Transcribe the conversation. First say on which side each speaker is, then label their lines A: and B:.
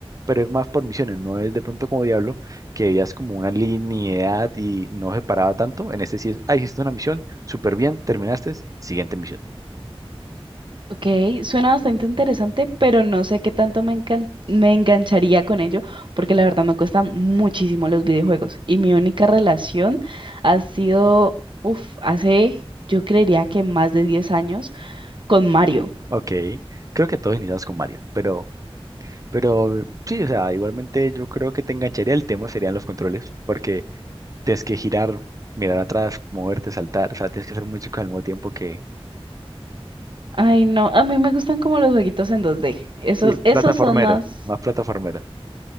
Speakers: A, on the right (about 35°); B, on the right (about 55°).
A: Pero es más por misiones, no es de pronto como Diablo, que veías como una linealidad y no separaba tanto. En este sí es, ah, hiciste una misión, súper bien, terminaste, siguiente misión.
B: Ok, suena bastante interesante, pero no sé qué tanto me encan- me engancharía con ello, porque la verdad me cuestan muchísimo los videojuegos. Y mi única relación ha sido, uff, hace, yo creería que más de 10 años, con Mario.
A: Ok, creo que todos iniciamos con Mario, pero, pero sí, o sea, igualmente yo creo que te engancharía el tema serían los controles, porque tienes que girar, mirar atrás, moverte, saltar, o sea, tienes que hacer mucho al mismo tiempo que,
B: Ay, no, a mí me gustan como los jueguitos en 2D. Esos,
A: sí,
B: esos
A: plataformeros,
B: son más.
A: más plataformeros,